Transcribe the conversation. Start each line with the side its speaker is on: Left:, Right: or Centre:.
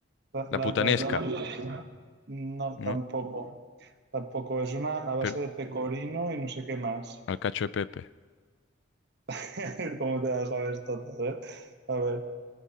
Right: La- la-
Left: La putanesca,
Right: las llaman... No,
Left: ¿no?
Right: tampoco. Tampoco. Es una a base
Left: Pero
Right: de pecorino y no sé qué más.
Left: al cacho de Pepe.
Right: <laughs> cómo te las sabes todas, ¿eh? A ver,